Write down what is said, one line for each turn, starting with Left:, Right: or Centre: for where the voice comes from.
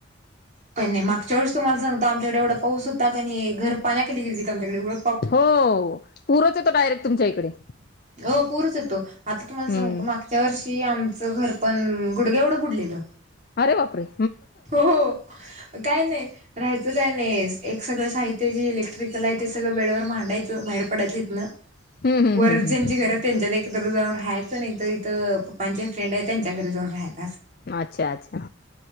Right: काही नाही मागच्या वर्षी वेळ तुम्हाला सांगत आमच्याडे एवढा पाऊस होता का नाही घर पाण्या केली गेली ती आमच्याकडे एवढं
Left: हो पूरच येतो डायरेक्ट तुमच्या इकडे
Right: हो पुरच येतो आता तुम्हाला
Left: हम्म
Right: सांग मागच्या वर्षी की आमचं घर पण गुडग्यावढं बुडलेलं
Left: अरे बाप रे!
Right: हो काय नाही राहायचं काय नाही एक सगळं काह ते जे इलेक्ट्रिकल आहे ते सगळं बेडवर मांडायचं बाहेर पडायचं हितन
Left: हम्म हम्म
Right: वरजची
Left: हम्म
Right: घर त्यांच्या एक तर ज जाऊ राहायचं नाही तर इथं पप्पांचे फ्रेंड आहेत त्यांच्या घरी जाऊन राह्याच
Left: अच्छा अच्छा!